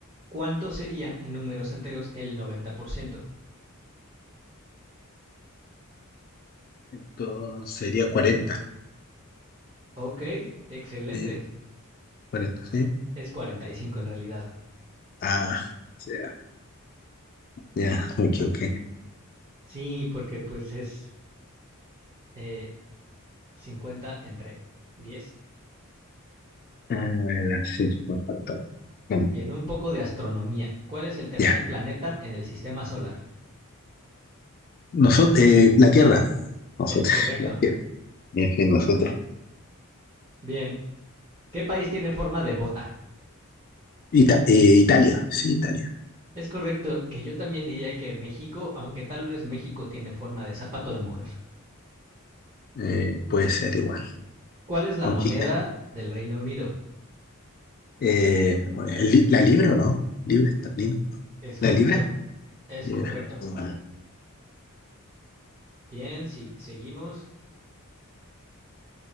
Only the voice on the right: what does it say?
¿cuánto sería en números enteros el 90%?
Ok, excelente.
Es 45 en realidad.
Sí, porque pues es eh, 50 entre 10.
Bien, un poco de astronomía. ¿Cuál es el tercer
planeta en el sistema solar?
Es correcto.
Bien, ¿qué país tiene forma de bota?
Es correcto que yo también diría que México, aunque tal vez México tiene forma de zapato de mujer.
¿Cuál es la
moneda
del Reino Unido?
Es correcto,
es
correcto.
Bien, si seguimos.